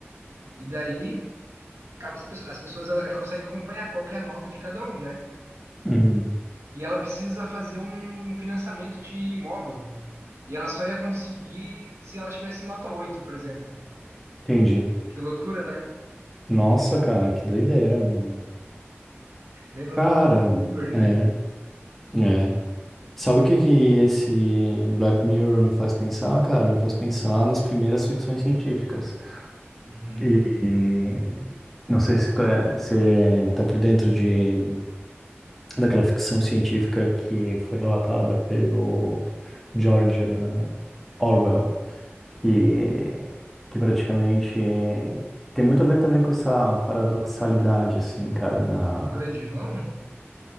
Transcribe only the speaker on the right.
E daí, cada, as pe- as pessoas, ela ela consegue acompanhar qual que é a nota de cada um, né?
E ela precisa fazer um financiamento de imóvel. E ela só ia conseguir se ela tivesse nota oito por exemplo.
Que loucura, né?
Lembra
muito do Uber, né?
Uhum.
Do Grande Irmão?